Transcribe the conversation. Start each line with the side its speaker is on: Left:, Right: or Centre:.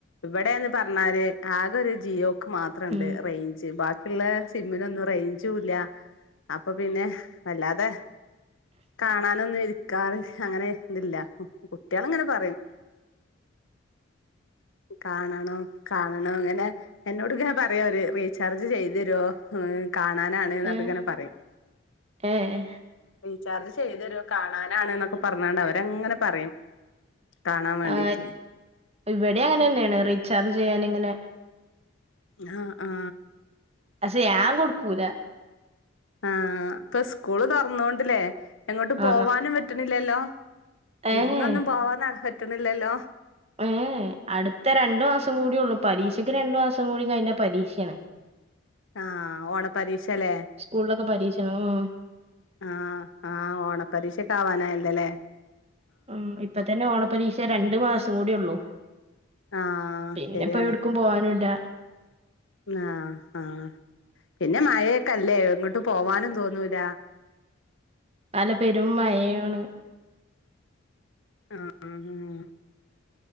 Left: ഇവിടെ പറണ്ണാല് ആകൊരു ജിയോ ക്ക് മാത്രണ്ട്
Right: ഉം
Left: റേഞ്ച് ബാക്ക് ള്ള സിമ്മിനൊന്നും റേഞ്ചൂല്ല അപ്പൊ പിന്നെ വല്ലാതെ കാണാനൊന്നും ഇരിക്കാറ് അങ്ങനെ തില്ല കുട്ടികള അങ്ങനെ പറയും കാണണണോ കാ ണോ അങ്ങനെ എന്നോട്ങ്ങെനെ പറയവര് റീചാർജ് ചെയ്ത് തരോ കാണാനാണ്ന്നൊക്കെ
Right: ഏഹ്
Left: ഇങ്ങനെ പറയും
Right: ഏഹ്
Left: ചാർജ് ചെയ്തേരോ കാണാനാണ് ന്നൊക്കെ പറഞ്ഞാണ്ട് അവരങ്ങനെ പറയും കാണാൻ വേണ്ടീട്ട്
Right: ആ ഇവിടിം അങ്ങനെന്നേണ് റീചാർജ് ചെയ്യാന് അങ്ങനെ
Left: ആ ആ
Right: പക്ഷേഞാൻ കൊടുക്കൂല
Left: ആ ഇപ്പൊ സ്കൂള് തൊറന്നോണ്ട് ലേ എങ്ങോട്ട്
Right: ആഹ്
Left: പോവാനും പറ്റ്ണില്ലല്ലോ വിരുന്നൊന്നും
Right: ഏഹ്
Left: പോവാനാ പറ്റ്ണ് ല്ലല്ലോ
Right: ഏ അടുത്ത രണ്ടു മാസം കൂടിയൊള്ളു പരീക്ഷയ്ക്ക് രണ്ടു മാസം കൂടി കഴിഞ്ഞാ പരീക്ഷേണ്
Left: ആ ഓണ പരീക്ഷ ലേ
Right: സ്കൂളിലൊക്കെ പരീക്ഷയാണ് ഉം
Left: ആ ആ ഓണപരീക്ഷക്കെആവാനായല്ല ലേ
Right: ഉം ഇപ്പ തന്നെ ഓണ പരീക്ഷ രണ്ടു മാസം കൂടി ഉള്ളൂ
Left: ആഹ്
Right: പിന്നെപ്പോ
Left: ശരിയാണ്
Right: എവിടക്കും പോവാനുംല്ല
Left: ആഹ് ആഹ് പിന്നെ മയെക്കെ അല്ലേ എങ്ങട്ടും പോവാനും തോന്നൂല
Right: അല്ല പെരും മഴയാണ്
Left: ആ ആ ഹാ